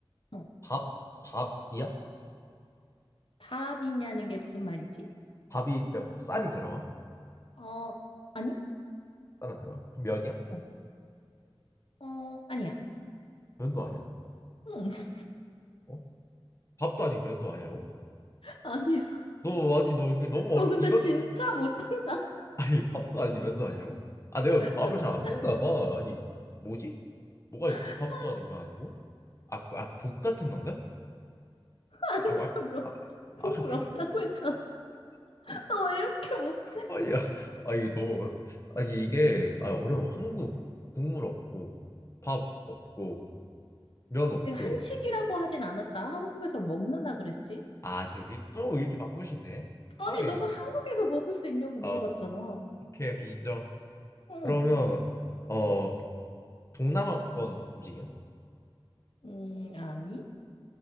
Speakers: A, on the left; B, on the left.
A: 응.
B: 밥? 밥이야?
A: 답이냐는 게 무슨 말이지?
B: 밥이 그러니까 쌀이 들어가?
A: 어, 아니?
B: 쌀 안 들어가? 그럼 면이야?
A: 응. 어, 아니야.
B: 면도 아니야?
A: 응, <laughs>
B: 어? 밥도 아니고 면도 아니라고?
A: 아니야.
B: 너 아니 너 이게 너무 어렵
A: 너 근데
B: 이거는
A: 진짜 못한다.
B: <laughs> 아니 밥도 아니고 면도 아니라고? 아 내가 밥을
A: 나 진짜.
B: 잘 안 먹나 봐. 아니 뭐지? 뭐가 있지?
A: 아,
B: 밥도 아니고 면 아니고? 아, 아, 국 같은 건가?
A: 아니야,
B: 아, 아,
A: 몇
B: 아, 아, 아,
A: 국물
B: 그
A: 없다고
B: 국.
A: 했잖아. 너 왜 이렇게 못해?
B: 아, 야, 아, 이거 너무 어려, 아, 이게, 아, 어려워. 한국 국물 없고, 밥 없고, 면 없고,
A: 내가 한식이라고 하진 않았다. 한국에서 먹는다 그랬지?
B: 아, 또, 이- 또 이렇게 바꾸시네?
A: 아니,
B: 아, 이,
A: 너가 한국에서 먹을 수 있냐고
B: 아,
A: 물어봤잖아.
B: 오케이, 오케이, 인정.
A: 응.
B: 그러면, 어, 동남아권 음식이야?
A: 음, 아니.